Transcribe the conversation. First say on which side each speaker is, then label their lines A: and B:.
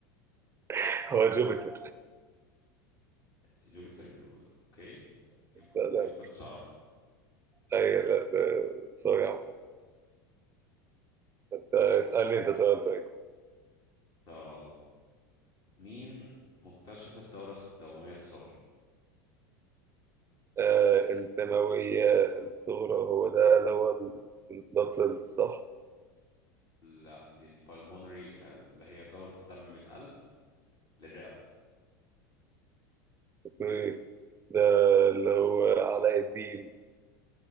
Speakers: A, on the right; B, on the left.
A: <laughs> هو جوبيتر
B: جوبيتر اوكي دي مك-
A: لا لا
B: دي ما كنتش اعرفها
A: اي لا ده سوري يا عم ده اسألني انت سؤال طيب
B: طب مين مكتشف الدوره الدمويه الصغرى
A: آه الدموية الصغرى هو ده اللي هو البلاد سيلز صح؟
B: لا دي البالمونري اللي هي دوره الدم من القلب للرئة
A: اوكي ده اللي هو علاء الدين